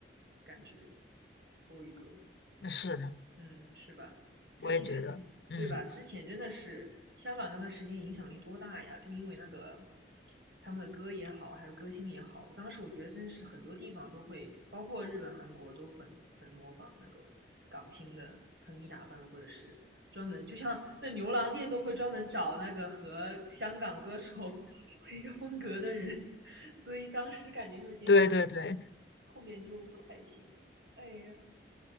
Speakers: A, on the right; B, on the left.
A: 感觉，国语歌。
B: 是的，
A: 嗯，是吧？之前，
B: 我也觉得，嗯，
A: 对吧？之前真的是香港那段时间影响力多大呀？就因为那个他们的歌也好，还有歌星也好，当时我觉得真是很多地方都会，包括日本、韩国都很很模仿那个港星的穿衣打扮，或者是专门，就像那牛郎店都会专门找那个和香港歌手 <laughs> 和一个风格的人，<laughs> 所以当时感觉就是巅
B: 对对对
A: 后面就不太行了。哎呀，